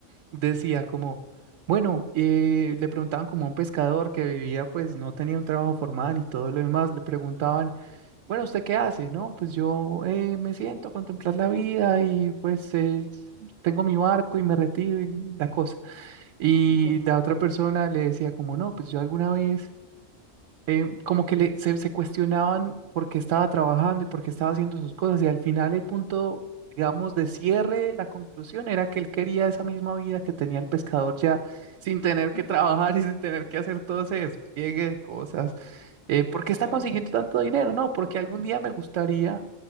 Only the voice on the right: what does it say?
decía como, bueno, eh, le preguntaban como a un pescador que vivía, pues no tenía un trabajo formal y todo lo demás, le preguntaban, bueno, ¿usted qué hace? No, pues yo eh, me siento a contemplar la vida y pues eh, tengo mi barco y me retiro y la cosa. Y
la otra persona le decía como, no, pues yo alguna vez, em, como que le, se, se cuestionaban por qué estaba trabajando y por qué estaba haciendo sus cosas. Y al final el punto, digamos, de cierre, la conclusión era que él quería esa misma vida que tenía el pescador ya, sin tener que
trabajar y sin tener que hacer todo ese despliegue de cosas. Eh, ¿por qué está
consiguiendo tanto dinero? No, porque algún día me gustaría